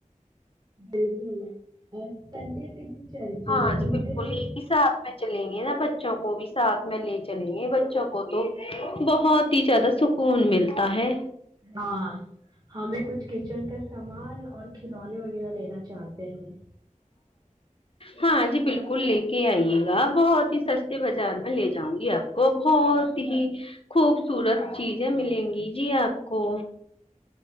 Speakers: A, on the right; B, on the left.
A: بالکل اور سنڈے کے دن چلتے
B: ہاں
A: ہیں
B: جی
A: ان
B: بالکل
A: ہ
B: ایک ہی ساتھ میں چلیں گے نا بچوں کو بھی ساتھ میں لے چلیں گے بچوں کو تو بہت ہی زیادہ سکون ملتا ہے
A: ہاں ہمیں کچھ کچن کا سامان اور کھلونے وغیرہ لینا چاہتے ہیں
B: ہاں جی بالکل لے کے آئیے گا بہت ہی سستے بازار میں لے جاؤں گی آپ کو بہت ہی خوبصورت چیزیں ملیں گی جی آپ کو